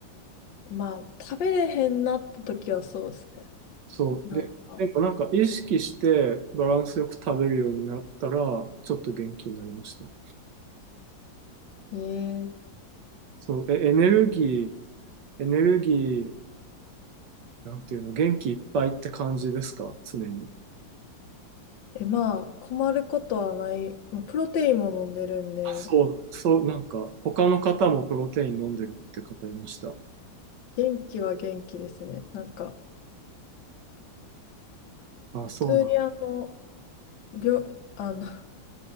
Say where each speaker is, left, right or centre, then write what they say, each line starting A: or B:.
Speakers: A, on the left (about 70°); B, on the right (about 70°).
A: まあ、食べれへんなった時はそうですね。
B: そう。
A: なんか、
B: で、でもなんか意識してバランスよく食べるようになったら、ちょっと元気になりましたよ。
A: えー、
B: そう。え、エネルギー、エネルギー、なんていうの、元気いっぱいって感じですか常に。
A: え、まあ、困ることはない。まあ、プロテインも飲んでるんで、
B: あ、そうなん、そう、なんか、他の方もプロテイン飲んでるって方いました。
A: 元気は元気ですね。なんか、
B: あ、
A: 普通にあの、
B: そうなんだ。
A: 病、あの、<laughs>